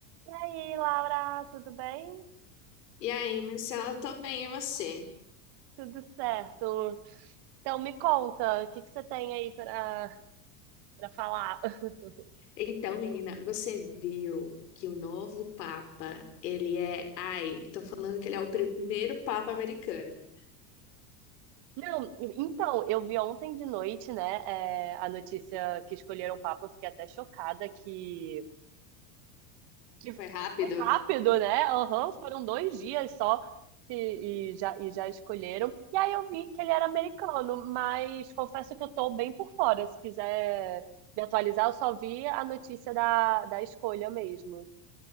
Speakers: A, on the right (about 55°); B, on the left (about 85°).
A: E aí, Laura, tudo bem?
B: E aí, Marcela, eu tô bem, e você?
A: Tudo certo. Então, me conta, o que que você tem aí para para falar? <laughs>
B: Então, menina, você viu que o novo Papa, ele é. Ai, estão falando que ele é o primeiro Papa americano.
A: Não, então, eu vi ontem de noite, né, é, a notícia que escolheram o Papa, eu fiquei até chocada que, que
B: Foi rápido?
A: foi rápido, né? Aham, foram dois dias só e, e já, e já escolheram. E aí eu vi que ele era americano, mas confesso que eu tô bem por fora. Se quiser me atualizar, eu só vi a notícia da, da escolha mesmo.